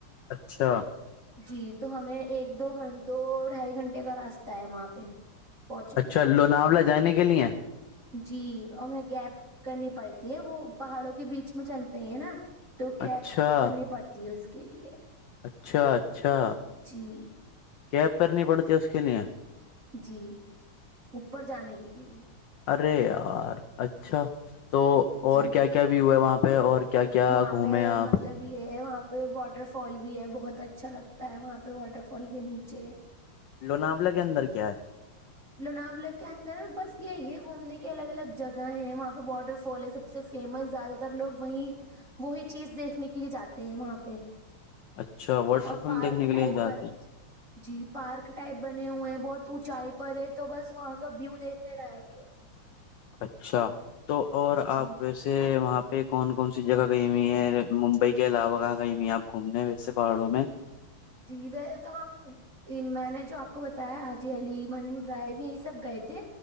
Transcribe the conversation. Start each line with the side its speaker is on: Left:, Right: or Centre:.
Left: اچھا
Right: جی تو ہمیں ایک دو دو ڈھائی گھنٹے کا راستہ ہے وہاں پہ پہنچنے
Left: اچھا
Right: کا
Left: لوناولا جانے کی کے لیے ہیں
Right: جی اور وہ کیب کرنی پڑتی ہے وہ پہاڑوں کے بیچ میں چلتے ہیں نا تو کیب
Left: اچھا
Right: کرنی پڑتی ہے اس کے لیے
Left: اچھا اچھا
Right: جی
Left: کیب کرنی پڑتی ہے اس کے لیے
Right: جی اوپر جانے کے لیے
Left: ارے یار اچھا تو اور
Right: جی
Left: کیا کیا ویو ہے وہاں پہ اور کیا کیا
Right: وہاں
Left: گھومے
Right: پہ
Left: آپ
Right: مطلب یہ ہے وہاں پہ واٹر فال بھی ہے بہت اچھا اچھا لگتا ہے وہاں پہ واٹر فال کے نیچے
Left: لوناولا کے اندر کیا ہے
Right: لوناول کے اندر بس یہی گھومنے کے الگ الگ جگہ ہیں وہاں پہ واٹر فال ہے سب سے فیمس زیادہ تر لوگ وہیں وہی چیز دیکھنے کے لیے جاتے ہیں وہاں پہ
Left: اچھا واٹر
Right: اور
Left: فال
Right: پارک
Left: دیکھنے کے
Right: ٹائپ
Left: لیے جاتے ہیں
Right: جی پارک ٹائپ بنے ہوئے ہیں بہت اونچائی پر یہ تو بس وہاں کا ویو دیکھنے لایک ہے
Left: اچھا تو اور
Right: جی
Left: آپ ویسے وہاں یہاں پہ کون کون سی جگہ کہیں ہوئی ہے ممبئی کے علاوہ کہاں گئی ہوئی ہیں آپ گھومنے ویسے پہاڑوں میں
Right: جی ویسے تو ہم میں نے جو آپ کو بتایا حاجی علی منی ڈرائیو یہیں سب گئے تھے